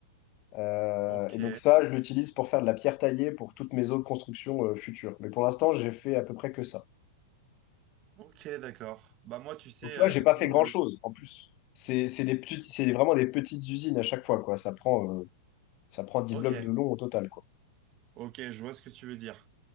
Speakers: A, on the left; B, on the right.
A: Euh,
B: Ok,
A: et donc ça, je l'utilise pour faire de la pierre taillée pour toutes mes autres constructions euh, futures. Mais pour l'instant, j'ai fait à peu près que ça.
B: ok, d'accord. Bah moi, tu sais,
A: Donc tu
B: euh,
A: vois, j'ai
B: j'ai
A: pas
B: toujours
A: fait grand-chose
B: le...
A: en plus. C'est c'est des petites, c'est vraiment des petites usines à chaque fois, quoi. Ça prend, euh, ça prend dix
B: Ok,
A: blocs de long au total, quoi.
B: ok, je vois ce que tu veux dire.